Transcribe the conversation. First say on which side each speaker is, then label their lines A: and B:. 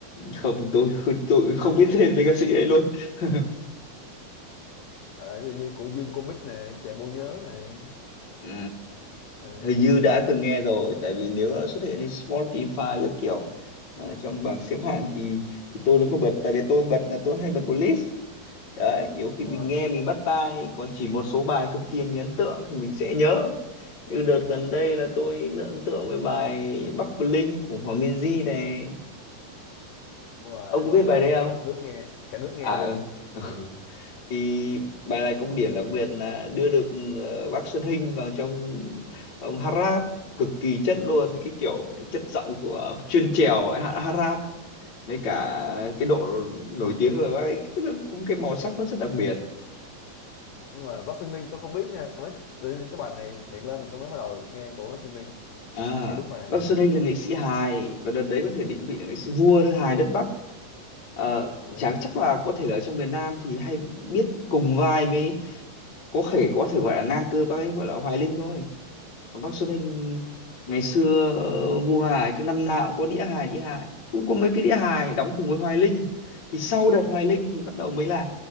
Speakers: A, on the left; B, on the left.
A: không
B: Ờ,
A: tôi tôi không
B: <laughs>
A: biết tên mấy ca sĩ ấy luôn <laughs>
B: Ờ, ví dụ như của Dương Comic này, Chàng Bộ Nhớ này.
A: À,
B: Đấy.
A: hình như đã từng nghe rồi tại vì nếu đã xuất hiện trên Spotify các kiểu ờ, trong bảng xếp hạng
B: Đúng
A: thì, thì tôi nó có bật tại vì tôi bật là tôi hay bật một list đấy nhiều khi
B: rồi,
A: mình nghe mình bắt tai còn chỉ một số bài cực kỳ mình ấn tượng thì mình sẽ nhớ như đợt gần đây là tôi rất ấn tượng với bài Bắc Bling của Hòa Minzy này
B: đúng rồi,
A: ông có
B: bài
A: biết
B: đó
A: bài đấy
B: thì
A: không
B: cả nước nghe, cả nước nghe
A: à
B: luôn.
A: ừ. <laughs> thì bài này có một điểm đặc biệt là đưa được ờ, bác Xuân Hinh vào trong ông hát rap cực kỳ chất luôn
B: Ừ.
A: cái kiểu chất giọng của chuyên trèo ấy, hát hát rap với cả cái độ nổi tiếng của bác ấy tức là cũng cái màu sắc nó rất đặc biệt
B: Nhưng mà Bắc Ninh tôi không biết nha. Mấy- tự nhiên Cái bài này hiện lên thì tôi mới bắt đầu nghe của Bắc Ninh,
A: À,
B: nghe đúng bài này
A: Bác
B: thôi.
A: Xuân Hinh
B: Ừ.
A: là nghệ sĩ hài và đợt đấy có thể định vị là nghệ sĩ vua hài đất Bắc. Ờ,
B: Ừ.
A: chả chắc là có thể là ở trong miền Nam thì hay biết cùng vai mới có thể có thể gọi là ngang cơ bác ấy gọi là Hoài Linh thôi. Còn bác Xuân Hinh ngày xưa ờ, vua hài cứ năm nào cũng có đĩa hài đĩa hài cũng có mấy cái đĩa hài đóng cùng với Hoài Linh. Thì sau đợt Hoài Linh thì bắt đầu mới là